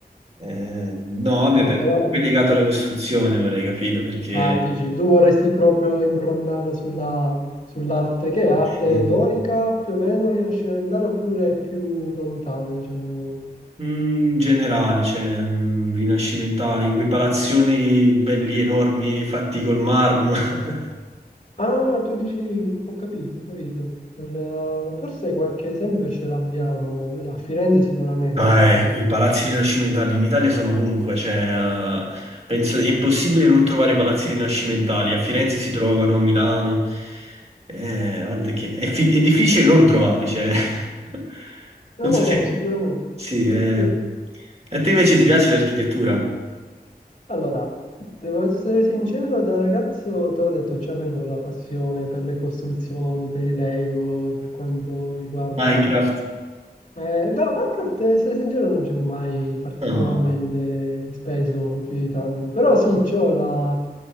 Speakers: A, on the right; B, on the left.
A: Eh, no, vabbè,
B: Eh,
A: però
B: però,
A: è legato alla costruzione, vorrei capito, perché...
B: ah, dici, tu vorresti proprio imbrondarla sulla- sull'arte, che è arte
A: sì.
B: dorica, più o meno rinascimentale, oppure più lontana, diciamo.
A: Mm, In generale, cioè, mm, rinascimentali, quei palazzoni belli enormi fatti col marmo. <laughs>
B: Ah, tu dici, ho capito, ho capito. Il- forse qualche esempio ce l'abbiamo, a Firenze sicuramente,
A: Ah, eh,
B: cioè,
A: qui i palazzi rinascimentali in Italia sono ovunque, cioè, eh, penso è impossibile non trovare palazzi rinascimentali. A Firenze si trovano, a Milano. Eh, guarda che è, fi- è difficile non trovarli, cioè. <laughs>
B: No,
A: Non so
B: no,
A: se...
B: sicuramente.
A: Sì, eh.
B: Sì.
A: A te invece ti piace l'architettura?
B: Allora, devo essere sincero, da ragazzo, ti ho detto, c'avevo la passione per le costruzioni, per i Lego e per quanto riguarda
A: Minecraft?
B: Eh, no, Minecraft, eh, essere sincero, non ci ho mai particolarmente
A: No.
B: speso più di tanto. Però sì, c'ho la,